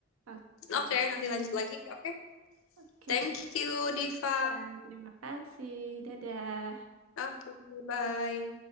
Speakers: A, on the right (about 85°); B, on the left (about 75°).
A: Oke,
B: Oke, nanti lanjut lagi. Oke,
A: oke.
B: thank you, Diva.
A: Iya, terima kasih. Dadah.
B: Oke, bye.